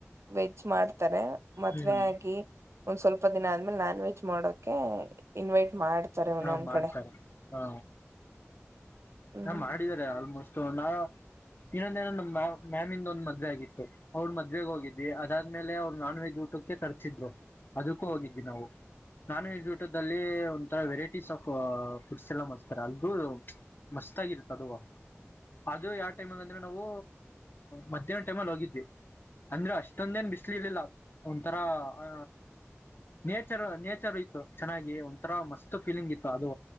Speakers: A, on the right; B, on the left.
A: ವೆಜ್ ಮಾಡ್ತ. ಮಾಡ್ತಾರೆ ಮದುವೆ
B: ಹ್ಮ್
A: ಆಗ. ಒಂದ್ ಸ್ವಲ್ಪ ದಿನ ಆದ್ಮೇಲೆ ನಾನ್ ವೆಜ್ ಮಾಡಕೆ ಇನ್ವೈಟ್. ಮಾಡ್ತಾರೆ
B: ಹಾ
A: ಒಂದೊಂದ್
B: ಮಾಡ್ತಾರೆ
A: ಕಡೆ
B: ಹಾ
A: ಹ್ಮ್
B: ಹಾ ಮಾಡಿದಿದ್ದಾರೆ ಆಲ್ಮೋಸ್ಟ್. ನಾ ಇನ್ನೊಂದ ಏನ್ ನಮ್ಮ್ ಮ ಮ್ಯಾಮಿಂದ ಒಂದ್ ಮದ್ವೆ ಆಗಿತ್ತು ಅವ್ರ ಮದ್ವೆಗ ಹೋಗಿದ್ವಿ ಅದಾದ್ಮೇಲೆ ಅವ್ರು ನಾನ್ ವೆಜ್ ಊಟಕ್ಕೆ ತರ್ಸಿದ್ರು ಅದಕ್ಕೂ ಹೋಗಿದ್ವಿ ನಾವು ನಾನ್ ವೆಜ್ ಊಟದಲ್ಲಿ ಒಂಥರ ವೆರೈಟೀಸ್ ಆಫ್ ಫುಡ್ಸ್ ಎಲ್ಲ ಮಾಡ್ತಾರೆ ಅಲ್ಗೂ. ಮಸ್ತ್ ಆಗಿರುತ್ತ ಅದು ಅದು ಯಾವ ಟೈಮಗ ಅಂದ್ರೆ ನಾವು ಮಧ್ಯ್ಯಾಹ್ ಟೈಮಲ್ಲಿ ಹೋಗಿದ್ವಿ ಅಂದ್ರೆ ಅಷ್ಟೊಂದ ಏನ್ ಬಿಸ್ಲಿ ಇರ್ಲಿಲ್ಲ. ಒಂಥರ ಆ ನೇಚರ್ ನೇಚರ್ ಇತ್ತು ಚೆನ್ನಾಗಿ ಒಂಥರಾ ಮಸ್ತ್ ಫೀಲಿಂಗ್ ಇತ್ತು ಅದು